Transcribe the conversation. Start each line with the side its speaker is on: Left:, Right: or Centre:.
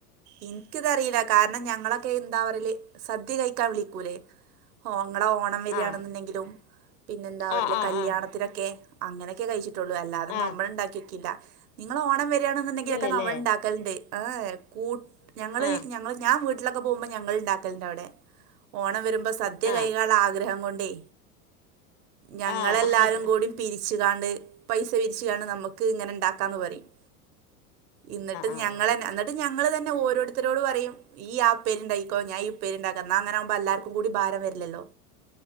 Right: ഇൻക്കിതറിയില്ല കാരണം ഞങ്ങളക്കെ എന്താ പറയല് സദ്യ കഴിക്കാൻ വിളിക്കൂലേ? ഓ നിങ്ങളെഓണം വരാന്ന്ണ്ടങ്കിലും
Left: ആ
Right: പിന്നെ എന്താ വല്ല
Left: ആ ആ
Right: കല്യാണത്തിനൊക്കെ
Left: ആ
Right: അങ്ങനെയൊക്കെ കഴിച്ചിട്ടുള്ളൂ അല്ല ത്
Left: ആ
Right: നമ്മള് ഉണ്ടാക്കിയെക്കില്ല നിങ്ങളെ ഓണം വരിയാണെന്നുണ്ടെങ്കിലൊക്കെ
Left: ഇല്ലല്ലേ
Right: നമ്മൾ ഉണ്ടാക്കലുണ്ട് ഏഹ് കൂ ഞങ്ങള്
Left: ആ
Right: ഞങ്ങൾ ഞാൻ വീട്ട ട്ടിലൊക്കെ പോകുമ്പോ ഞങ്ങൾ ഉണ്ടാക്കലുണ്ട് അവിടെ ഓണം വരുമ്പോ സദ്യ
Left: ആ
Right: കായിക്കാളളആഗ്രഹം കൊണ്ടേ ഞങ്ങളെല്ലാരും
Left: ആ ആ
Right: കൂടി പിരിച്ചുകാണ്ട് വിച്ചാണ് നമുക്ക് ഇങ്ങനെ ഉണ്ടാക്കാന്ന് പറയും ഇന്നിട്ട്
Left: ആ ആ
Right: ഞങ്ങളെന്നെ ത് ഞങ്ങൾ തന്നെ ഓരോരുത്തരോട് പറയും നീയാ ഉപ്പേരി ഉണ്ടാക്കിക്കോ ഞാനാ ഈ ഉപ്പേരി ഉണ്ടാക്കാ എന്നാ അങ്ങനെവുമ്പോ എല്ലാർക്കും കൂടി ഭാരം വരില്ലല്ലോ